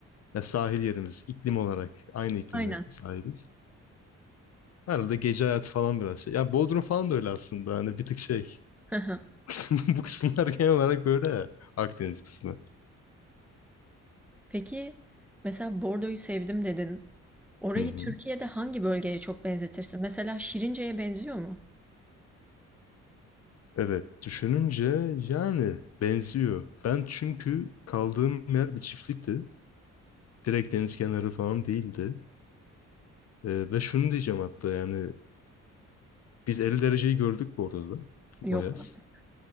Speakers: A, on the left; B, in the centre.
A: Ya sahil yerimiz, iklim olarak aynı iklimi
B: Aynen.
A: sahibiz. Herhalde gece hayatı falan biraz şey. Ya Bodrum falan da öyle aslında. Hani bir tık şey.
B: Hı hı.
A: <laughs> Bu kısımlar genel olarak böyle ya. Akdeniz kısmı.
B: Peki mesela Bordo'yu sevdim dedin. Orayı
A: Hı hı.
B: Türkiye'de hangi bölgeye çok benzetirsin? Mesela Şirince'ye benziyor mu?
A: Evet. Düşününce yani benziyor. Ben çünkü kaldığım yer bir çiftlikti. Direkt deniz kenarı falan değildi. Ee, ve şunu diyeceğim hatta yani biz 50 dereceyi gördük bu arada da,
B: Yok
A: o yaz.
B: artık.